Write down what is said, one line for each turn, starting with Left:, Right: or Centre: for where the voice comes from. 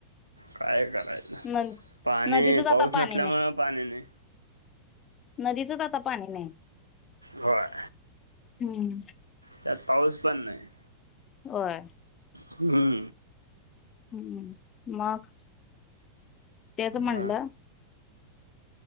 Right: काय करायचं
Left: न
Right: पाणी
Left: नदीतच आता
Right: पाऊस
Left: पाणी
Right: नसल्यामुळे
Left: नाही
Right: पाणी नाही.
Left: नदीचच आता पाणी नाही.
Right: होय.
Left: हम्म
Right: त्यात पाऊस पण नाही.
Left: होय.
Right: हम्म
Left: हम् मग तेच म्हणलं.
Right: हा